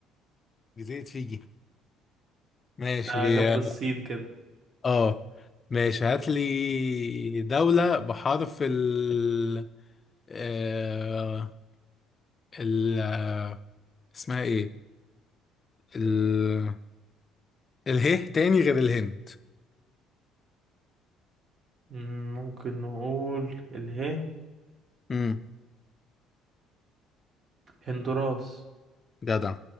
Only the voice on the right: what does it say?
ده جنب
الصين كده
مم، ممكن نقول اله
هندوراس